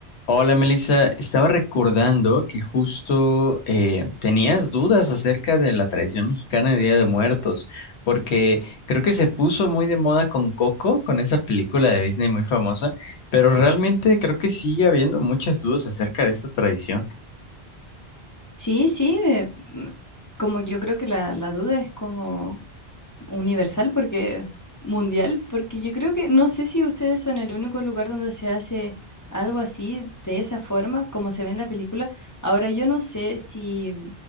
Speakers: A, on the left (about 80°); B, on the left (about 25°).
A: Hola Melissa, estaba recordando que justo eh, tenías dudas acerca de la tradición mexicana de Día de Muertos, porque creo que se puso muy de moda con Coco, con esa película de Disney muy famosa, pero realmente creo que sigue habiendo muchas dudas acerca de esta tradición.
B: Sí, sí, eh, mm, como yo creo que la, la duda es como universal, porque mundial, porque yo creo que no sé si ustedes son el único lugar donde se hace algo así, de esa forma, como se ve en la película. Ahora, yo no sé si